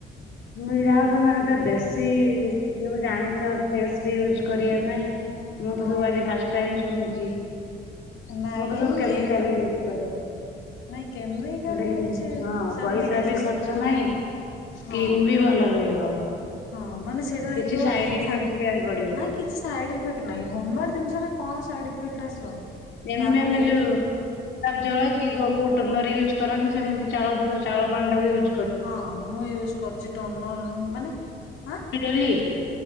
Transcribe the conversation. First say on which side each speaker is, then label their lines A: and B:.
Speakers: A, on the left (about 70°); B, on the left (about 90°).
A: ମୁଁ କହିଲି ଯାହା ହଉ ତୋମେ କେତେ ଦେଶୀ <unintelligible> ସବୁ ଜାଣିଛ ଫେସ ରେ ୟୁଜ୍ କରିବା ପାଇଁ ମୁଁ
B: ହଁ
A: ତ ସବୁ ଆଜି ଫାଷ୍ଟ ଟାଇମ୍ ଶୁଣୁଚି,
B: ନାଇଁ
A: ମୁଁ ତ ସବୁ
B: ଏଇ
A: କେମିକାଲି
B: ଏଇଗୁରା
A: କରେ,
B: ନାଇଁ କେମିକାଲ
A: <unintelligible>
B: କିଛି
A: ମୁଁ ହଁ
B: ସେମିତି
A: ପଇସା
B: କିଛି
A: ବି ଖର୍ଚ୍ଚ ନାଇଁ
B: ହଁ
A: କିନ୍ ବି ଭଲ ରହିବ।
B: ହଁ ମାନେ ସେଇଟା ଦେଖିବ
A: କିଛି ସାଇଡ ଇଫେକ୍ଟ
B: ସା-ନା
A: ବି ଆଉ ପଡିବନି।
B: କିଛି ସାଇଡ ଇଫେକ୍ ନାଇଁ ହୋମମେଡ୍ ଜିନିଷର କଣ ସାଇଡ୍ ଇଫେକ୍ଟ ଟା ଆସିବ?
A: ଯେମିତି
B: ତାପରେ
A: ନା ଆମେ
B: ଏଇଟା
A: ଯୋଉ ଆଉ ଜଳ କି ଗୋ- କୋଉ ଟନର୍ ୟୁଜ କରନ୍ତି ସେମିତି ଚାଉଳ ଧୁ-ଚାଉଳ ପାଣି ଟା ବି ୟୁ
B: ହଁ ମୁଁ ୟୁଜ୍ କରୁଚି ଟନର୍ ମାନେ ଆଁ,
A: ଡେଲି